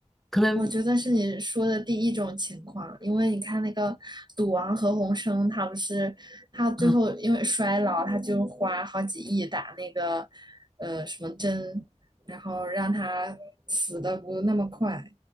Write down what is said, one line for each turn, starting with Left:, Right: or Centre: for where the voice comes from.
Centre: 可能
Right: 我觉得是你说的第一种情况，因为你看那个赌王何鸿燊，他不是他最后因为衰老，
Centre: 啊，
Right: 他就花好几亿打那个呃什么针，然后让他死的不那么快。